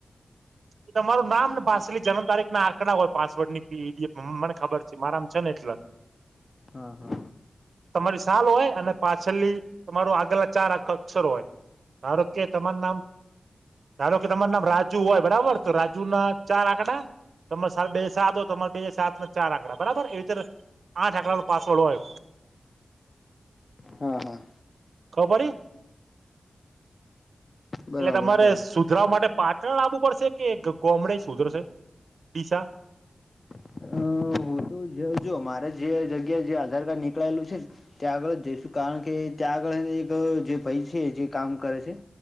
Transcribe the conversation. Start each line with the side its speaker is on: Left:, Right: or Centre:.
Right: એ તમારું નામ ને પાસલી જન્મ તારીખ ના આંકડા હોય પાસવર્ડ પી ડી એમ. મને ખબર છે મારામ છ ને એટલે.
Left: હા હા
Right: તમારી સાલ હોય અને પાછલી તમારું આગળલા ચાર આ અક્ષર હોય. ધારો કે તમારૂ નામ ધારો કે તમાર નામ રાજુ હોય બરાબર. તો રાજુ ના ચાર આંકડા તમારે સાલ બે સાત હોય તમારે બે સાત ના ચાર આંકડા બરાબર એવી રીતે આઠ આંકડા નો પાસવર્ડ હોય.
Left: હા, હા.
Right: ખબર પડી?
Left: બરાબર
Right: એટલે તમારે
Left: બરાબર
Right: સુધરા માટે પાટણ આવવું પડશે? કે ગો-ગોમડે સુધર સે ડીસા.
Left: અહ હું તો જો જો મારે જે જગ્યાએ જે આધાર કાર્ડ નીકળાયેલું છે ને ત્યાં આગળ જ જઈશું. કારણ કે ત્યાં આગળ એને એક જે ભાઈ છે જે કામ કરે છે